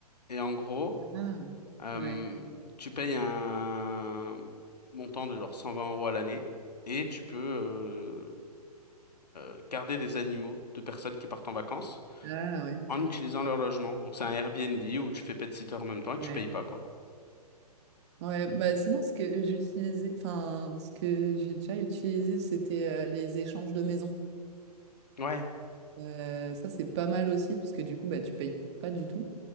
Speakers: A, on the left (about 80°); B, on the right (about 45°).
A: Et en gros,
B: Ouais. Ah,
A: euh,
B: ouais.
A: tu payes un montant de genre 120 euros à l'année et tu peux euh, euh, garder des animaux de personnes qui partent en vacances
B: Ah, ouais.
A: en utilisant leur logement. Donc c'est un Airbnb où tu fais pet-sitter en même temps et tu
B: Ouais.
A: payes pas, quoi.
B: Ouais, bah sinon, ce que j'utilisais, enfin, ce que j'ai déjà utilisé, c'était euh, les échanges de maisons.
A: Ouais,
B: Euh, ça, c'est pas mal aussi, parce que du coup, bah, tu payes pas du tout.